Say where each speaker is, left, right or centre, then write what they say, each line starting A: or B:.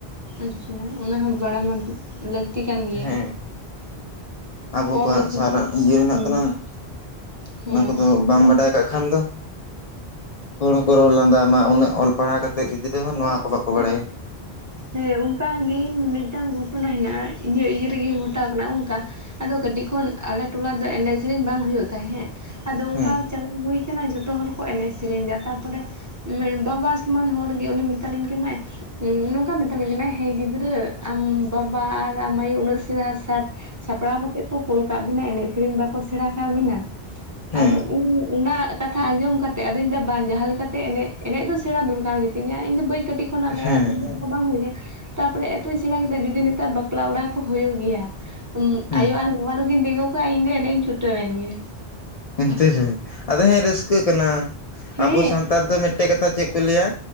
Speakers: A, on the right (about 20°); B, on the left (about 45°).
A: ᱟᱪᱪᱷᱟ, ᱚᱱᱟᱦᱚᱸ ᱵᱟᱲᱟᱭ ᱢᱟ ᱞᱟᱹᱠᱛᱤ ᱠᱟᱱ ᱜᱮᱭᱟ᱾
B: ᱦᱮᱸ ᱟᱵᱚ
A: ᱠᱚᱢ
B: ᱠᱚᱣᱟᱜ
A: ᱵᱮᱥᱤ
B: ᱥᱟᱨᱟᱜ
A: ᱫᱚ
B: ᱤᱭᱟᱹ ᱨᱮᱱᱟᱜ
A: ᱦᱮᱸ
B: ᱠᱟᱱᱟ ᱾
A: ᱦᱮᱸ
B: ᱚᱱᱟ ᱠᱚᱫᱚ ᱵᱟᱢ ᱵᱟᱰᱟᱭ ᱠᱷᱟᱜ ᱠᱷᱟᱱ ᱫᱚ᱾ ᱦᱚᱲ ᱦᱚᱸᱠᱚ ᱨᱚᱲ ᱞᱟᱸᱫᱟ ᱟᱢᱟ ᱩᱱᱟᱹᱜ ᱚᱞ ᱯᱟᱲᱦᱟᱣ ᱠᱟᱛᱮᱼᱼ ᱜᱤᱫᱽᱨᱟᱹ ᱦᱚᱸ ᱱᱚᱣᱟ ᱠᱚ ᱵᱟᱠᱚ ᱵᱟᱲᱟᱭᱟ᱾
A: ᱦᱮᱸ ᱚᱱᱠᱟ ᱜᱤ, ᱢᱤᱫᱴᱟᱝ ᱜᱷᱚᱴᱚᱱᱟ ᱦᱮᱱᱟᱜᱼᱟ᱾ ᱤᱧᱟᱹᱜ ᱤᱭᱟᱹ ᱨᱮᱜᱮ ᱜᱷᱚᱴᱟᱣ ᱠᱟᱱᱟ ᱚᱱᱠᱟ᱾ ᱟᱫᱚ ᱠᱟᱹᱴᱤᱡ ᱠᱷᱚᱱ ᱟᱞᱮ ᱴᱚᱞᱟ ᱨᱮᱫᱚ ᱮᱱᱮᱡᱽ ᱥᱮᱨᱮᱧ ᱵᱟᱝ ᱦᱩᱭᱩᱜ ᱛᱟᱦᱮᱸ ᱮᱸ, ᱟᱫᱚ ᱚᱱᱠᱟᱼᱼ
B: ᱦᱮᱸ
A: ᱪᱟᱞᱟᱣ ᱦᱩᱭ ᱟᱠᱟᱱᱟ᱾ ᱡᱷᱚᱛᱚ ᱦᱚᱲ ᱠᱚ ᱮᱱᱮᱡᱽ ᱥᱮᱨᱮᱧ ᱮᱫᱟ᱾ ᱛᱟᱯᱚᱨᱮ ᱵᱟᱵᱟ ᱥᱚᱢᱟᱱ ᱦᱚᱲ ᱜᱮ ᱩᱱᱤ ᱢᱮᱛᱟᱞᱤᱧ ᱠᱟᱱᱟᱭ <unintelligible> ᱚᱱᱠᱟ ᱢᱮᱛᱟᱞᱤᱧ ᱠᱟᱱᱟ᱾ ᱦᱮᱸ ᱜᱤᱫᱽᱨᱟᱹ ᱟᱢ ᱵᱟᱵᱟ ᱟᱨ ᱟᱢ ᱟᱭᱳ ᱩᱱᱟᱹᱜ ᱪᱮᱦᱨᱟ ᱥᱟᱡᱽᱼᱼ ᱥᱟᱯᱲᱟᱣ ᱠᱟᱛᱮᱫ ᱠᱚ ᱠᱳᱞ ᱠᱟᱜ ᱵᱤᱱᱟ᱾ ᱮᱱᱮᱡᱽ ᱥᱮᱨᱮᱧ ᱵᱟᱠᱚ ᱥᱮᱬᱟ ᱠᱟᱜ ᱵᱤᱱᱟ ᱾
B: ᱦᱮᱸ
A: ᱟᱫᱚ ᱩ ᱼᱼ ᱚᱱᱟ ᱠᱟᱛᱷᱟ ᱟᱸᱡᱚᱢ ᱠᱟᱛᱮ, ᱟᱫᱚᱧ ᱞᱟᱹᱭ ᱫᱟ ᱵᱟᱝ, ᱡᱟᱦᱟᱸ ᱞᱮᱠᱟᱛᱮ ᱮᱱᱮᱡᱽ, ᱮᱱᱮᱡᱽ ᱫᱚ ᱥᱮᱬᱟ ᱫᱚᱨᱠᱟᱨ ᱜᱮᱛᱤᱧᱟ᱾ ᱤᱧ ᱫᱚ ᱵᱟᱹᱧ ᱠᱟᱹᱴᱤᱡᱼᱼ <unintelligible>
B: ᱦᱮᱸ ᱦᱮᱸ
A: ᱦᱩᱭ ᱠᱟᱱᱟ ᱾ ᱛᱟᱯᱚᱨᱮ ᱮᱛᱚᱧ ᱥᱮᱬᱟ ᱠᱮᱫᱟ ᱾ ᱡᱩᱫᱤ ᱱᱮᱛᱟᱨ ᱵᱟᱯᱞᱟ ᱚᱲᱟᱜ ᱠᱚ ᱦᱩᱭᱩᱜ ᱜᱮᱭᱟᱼ
B: ᱦᱮᱸ
A: ᱟᱭᱳ ᱟᱨ ᱵᱟᱵᱟ ᱫᱚᱠᱤᱱ ᱛᱤᱸᱜᱩ ᱠᱚᱜᱼᱟ᱾ ᱤᱧ ᱫᱚ ᱮᱱᱮᱡᱽ ᱤᱧ ᱪᱷᱩᱴᱟᱹᱣ ᱮᱱ ᱜᱮ᱾
B: ᱮᱱᱛᱮ ᱨᱮ ᱟᱫᱚ ᱦᱮᱸ ᱨᱟᱹᱥᱠᱟᱹ ᱠᱟᱱᱟ᱾
A: ᱦᱮᱸ
B: ᱟᱵᱚ ᱥᱟᱱᱛᱟᱲ ᱫᱚ ᱢᱤᱫᱼᱼ <unintelligible> ᱠᱟᱛᱷᱟ ᱪᱮᱫ ᱠᱚ ᱞᱟᱹᱭᱟ᱾